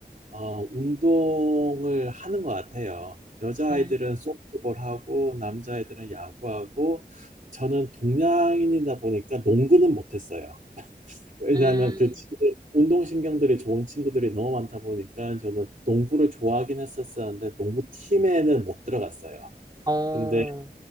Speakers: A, on the right; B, on the right.
A: 어, 운동을 하는 것 같아요. 여자아이들은
B: 음,
A: 소프트볼하고 남자아이들은 야구하고 저는 동양인이다 보니까 농구는 못했어요. 왜냐하면
B: 음,
A: 그 친구들, 운동신경들이 좋은 친구들이 너무 많다 보니까 저는 농구를 좋아하긴 했었었는데 농구팀에는 못 들어갔어요.
B: 어,
A: 근데